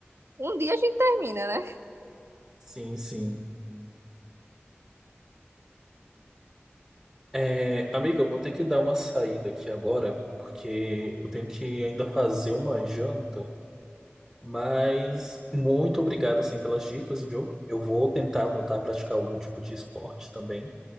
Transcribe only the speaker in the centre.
sim, sim. É, amiga, eu vou ter que dar uma saída aqui agora, porque eu tenho que ainda fazer uma janta. Mas muito obrigado, assim, pelas dicas, viu? Eu vou tentar voltar a praticar algum tipo de esporte também,